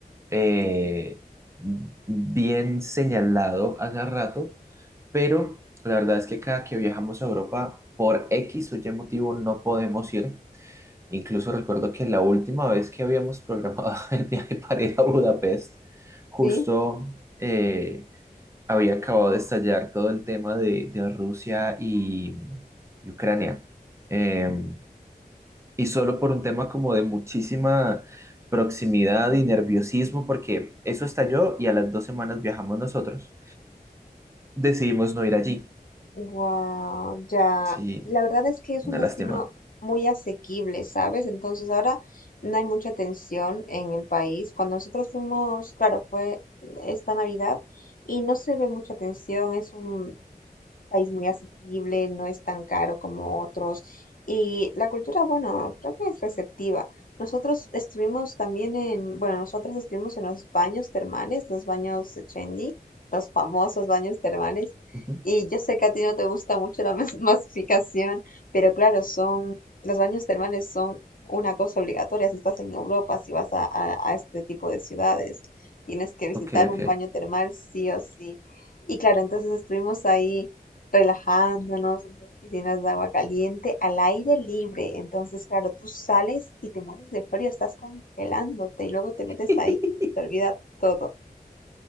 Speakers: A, on the right; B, on the left.
A: eh, bien señalado hace rato, pero la verdad es que cada que viajamos a Europa, por X o Y motivo, no podemos ir. Incluso recuerdo que la última vez que habíamos programado <laughs> el viaje para ir a Budapest, justo
B: Sí.
A: eh, había acabado de estallar todo el tema de, de Rusia y, y Ucrania. Em, y solo por un tema como de muchísima proximidad y nerviosismo, porque eso estalló y a las dos semanas viajamos nosotros. Decidimos no ir allí.
B: Wow, ya.
A: Sí,
B: La verdad es que es
A: una
B: un destino
A: lástima.
B: muy asequible, ¿sabes? Entonces ahora no hay mucha tensión en el país. Cuando nosotros fuimos, claro, fue esta Navidad y no se ve mucha tensión, es un país muy asequible, no es tan caro como otros. Y la cultura, bueno, creo que es receptiva. Nosotros estuvimos también en, bueno, nosotras estuvimos en los baños termales, los baños de Chendi, los famosos baños termales.
A: Ujú.
B: Y yo sé que a ti no te gusta mucho la mas- <laughs> masificación, pero claro, son, los baños termales son una cosa obligatoria si estás en Europa, si vas a, a a este tipo de ciudades. Tienes que visitar
A: Ok, ok.
B: un baño termal sí o sí. Y claro, entonces estuvimos ahí relajándonos en esas piscinas de agua caliente, al aire libre. Entonces, claro, tú sales y te mueres de frío, estás congelándote y luego te metes
A: <laughs>
B: ahí, te olvida todo.